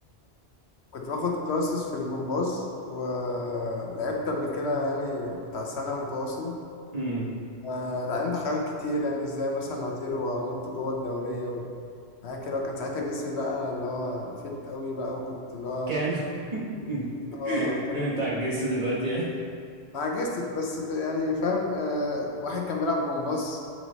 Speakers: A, on the left (about 75°); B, on the right (about 35°).
A: كنت باخد كلاسز في الجمباز ولعبت قبل كده يعني بتاع سنة متواصل
B: مم.
A: آه، اتعلمت حاجات كتير يعني ازاي مثلا اطير وانط جوه الدورية وحاجات كده وكان ساعتها جسمي بقى اللي هو فت قوي بقى وكنت اللي هو
B: كان <laughs>
A: اه كان
B: انت
A: فت
B: عجزت دلوقتي يعني
A: ما عجزتش بس ت- يعني فاهم آه، واحد كان بيلعب جمباز